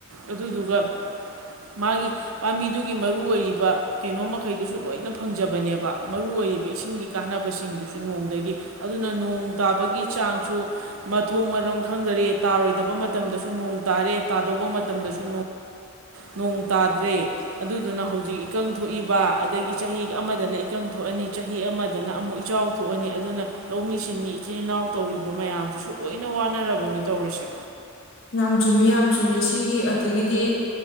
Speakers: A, on the right (about 85°); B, on the left (about 65°).
A: ꯑꯗꯨꯗꯨꯒ ꯃꯥꯒꯤ ꯄꯥꯝꯕꯤꯗꯨꯒꯤ ꯃꯔꯨ ꯑꯣꯏꯔꯤꯕ ꯀꯩꯅꯣꯃꯩꯗꯨꯁꯨ ꯂꯣꯏꯅ ꯐꯪꯖꯕꯅꯦꯕ ꯃꯔꯨ ꯑꯣꯏꯔꯤꯕ ꯏꯁꯤꯡꯒꯤ ꯀꯥꯟꯅꯕꯁꯤꯡꯗꯨꯁꯨ ꯅꯣꯡꯗꯒꯤ ꯑꯗꯨꯅ ꯅꯣꯡ ꯇꯥꯕꯒꯤ ꯆꯥꯡꯁꯨ ꯃꯊꯣꯡ ꯃꯔꯝ ꯈꯪꯖꯔꯦ ꯇꯥꯔꯣꯏꯗꯕ ꯃꯇꯝꯗꯁꯨ ꯅꯣꯡ ꯇꯥꯔꯦ ꯇꯥꯗꯧꯕ ꯃꯇꯝꯗꯁꯨ ꯅꯣꯡ ꯇꯥꯗ꯭ꯔꯦ ꯑꯗꯨꯗꯨꯅ ꯍꯧꯖꯤꯛ ꯏꯀꯪ ꯊꯣꯛꯏꯕ ꯑꯗꯒꯤ ꯆꯍꯤ ꯑꯃꯗꯅ ꯏꯀꯪ ꯊꯣꯛꯑꯅꯤ ꯆꯍꯤ ꯑꯃꯗꯅ ꯑꯃꯨꯛ ꯏꯆꯥꯎ ꯊꯣꯛꯑꯅꯤ ꯑꯗꯨꯅ ꯂꯧꯃꯤ ꯁꯤꯟꯃꯤ ꯏꯆꯤꯜ ꯏꯅꯥꯎ ꯇꯧꯔꯤꯕ ꯃꯌꯥꯝ ꯑꯗꯨꯁꯨ ꯂꯣꯏꯅ ꯋꯥꯅꯔꯕꯅꯤ ꯇꯧꯔꯤꯁꯦ
B: ꯌꯥꯝ ꯆꯨꯝꯃꯤ ꯌꯥꯝ ꯆꯨꯝꯃꯤ ꯁꯤꯒꯤ ꯑꯗꯒꯤꯗꯤ